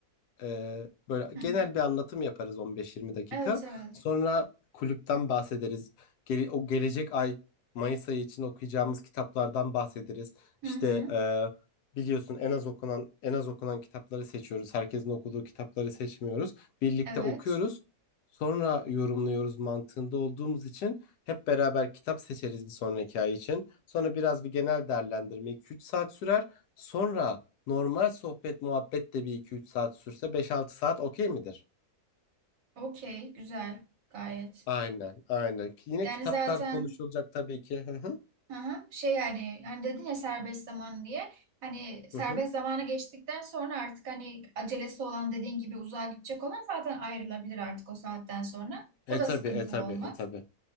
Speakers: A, on the left; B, on the right.
A: ee, böyle
B: Hı
A: genel
B: hı.
A: bir anlatım yaparız 15-20 dakika.
B: Evet evet.
A: Sonra kulüpten bahsederiz. Gele- o gelecek ay Mayıs ayı için okuyacağımız kitaplardan bahsederiz. İşte
B: Hı hı.
A: e, biliyorsun en az okunan en az okunan kitapları seçiyoruz. Herkesin okuduğu kitapları seçmiyoruz. Birlikte
B: Evet.
A: okuyoruz. Sonra yorumluyoruz mantığında olduğumuz için hep beraber kitap seçeriz bir sonraki ay için. Sonra biraz bir genel değerlendirme 2-3 saat sürer. Sonra Normal sohbet muhabbet de bir iki üç saat sürse beş altı saat okey midir?
B: Okey. Güzel. Gayet.
A: Aynen, aynen. Ki Yine
B: Yani
A: kitaplar
B: zaten
A: konuşulacak tabii ki. Hı hı.
B: hı hı, şey yani hani dedin ya serbest zaman diye. Hani serbest
A: Hı hı.
B: zamanı geçtikten sonra artık hani acelesi olan dediğin gibi uzağa gidecek olan zaten ayrılabilir artık o saatten sonra.
A: E
B: O da
A: tabii,
B: sıkıntı
A: e tabii,
B: olmaz.
A: e tabii.